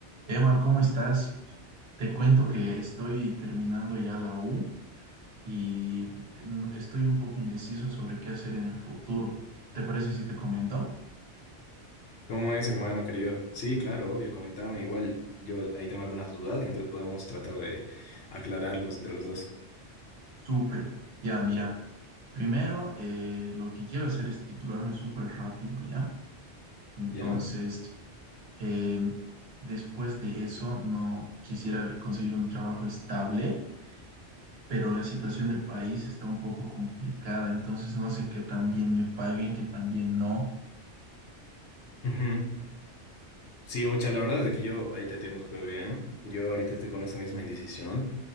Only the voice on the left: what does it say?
¿Cómo es, hermano querido? Sí, claro, obvio, comentame. Igual yo ahí tengo algunas dudas y entonces podemos tratar de aclararlos entre los dos.
¿Ya?
Ujú. Sí, Ocha, la verdad es de que yo ahí te entiendo súper bien. Yo ahorita estoy con esa misma indecisión.